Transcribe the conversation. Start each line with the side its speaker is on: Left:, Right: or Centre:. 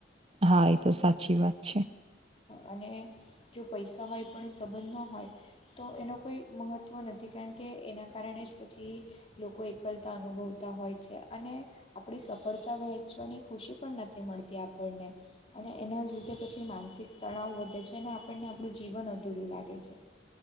Right: હા એ તો સાચી વાત છે.
Left: અને જો પૈસા હોય પણ સંબંધ ન હોય તો એનો કોઈ મહત્ત્વ નથી કારણ કે એના કારણે જ પછી લોકો એકલતા અનુભવતા હોય છે અને આપણી સફળતા વહેંચવાની ખુશી પણ નથી મળતી આપણને. અને એના જ લીધે પછી માનસિક તણાવ વધે છે અને આપણને આપણું જીવન અધૂરું લાગે છે.